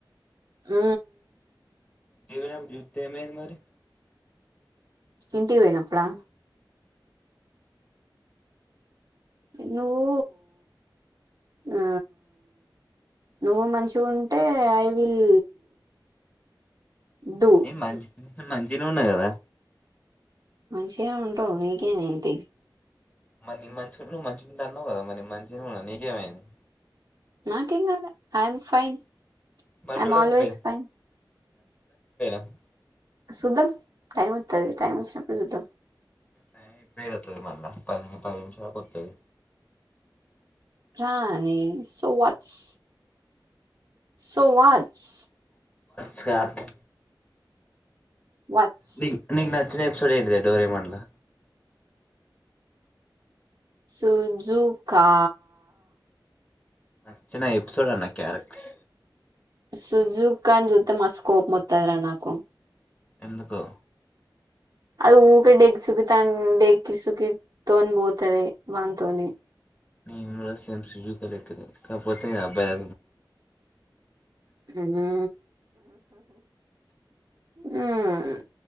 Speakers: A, on the right; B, on the left.
A: ఉ
B: <inaudible> ఏమైంది మరి
A: ఇంటికి పోయినప్పుడా నువ్వు ఆ నువ్వు మంచిగా ఉంటే ఐ విల్ డూ
B: ఇ మంచ్ మంచిగనే ఉన్నా కదా
A: మంచిగానే ఉంటావు నీకే ఎమైంది తీ
B: మరి నేను మంచిగుంటే నువ్వు మంచిగుంటా అన్నావు కదా మరి మంచిగా ఉన్నా నీకేమైంది
A: నాకేంగాలే ఐ ఎం ఫైన్
B: మరి
A: ఐఎమ్
B: చూడ
A: ఆల్వేస్
B: చెప్పే
A: ఫైన్
B: <inaudible>
A: సుదాం టైమ్ అత్తాది టైమ్ వచ్చినప్పుడు చుద్దాం
B: టైమ్ ఇప్పుడే ఎడా మళ్ళా పది పది నిమిషాలకు కొత్తది
A: రానీ సోవాట్స్ సో వాట్స్
B: సాత్
A: వాట్స్
B: ది నీకు నచ్చలేే సుడే డోరేమాన్ గా
A: సుజుకా
B: నచ్చిన ఎపిసోడ్ అన్న క్యారెక్టర్
A: సుజుకాన్ జూతే మస్త్ కోపమొత్తదిర నాకు
B: ఎందుకో
A: అది ఊకె డెగసుకితన్ డెకిసుకితోని పోతది వానితోని
B: నేను కూడా సేమ్ సుజుక లెక్కనే కాకపోతే అబ్బాయి
A: హుహు మ్మ్